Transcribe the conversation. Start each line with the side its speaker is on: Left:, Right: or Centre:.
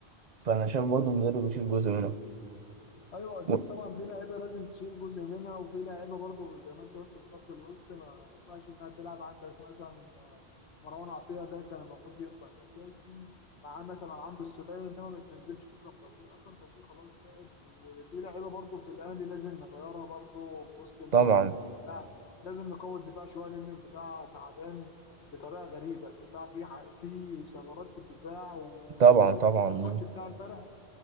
Right: فانا شايف برضو المدرب يشيل جزء منه
Left: ايوه اكيد
Right: و-
Left: طبعا في لعيبه لازم تشيل جزء منها وفي لعيبه برضه زي ما انت قلت في خط الوسط ما ينفعش انها تلعب عندك مثلا آه، مروان عطيه ده كان المفروض يبقى اساسي معاه مثلا عمرو السولية انما ما تنزلش اكرم توفيق اكرم توفيق خلاص تعب وفي لعيبه برضه في الاهلي لازم نغيرها برضه في وسط الملعب
Right: طبعا
Left: في الدفاع لازم نقوي الدفاع شويه لان الدفاع تعبان بطريقه غريبه الدفاع فيه ح- فيه ثغرات في الدفاع وكمان
Right: طبعا طبعا
Left: انت شفت الماتش بتاع امبارح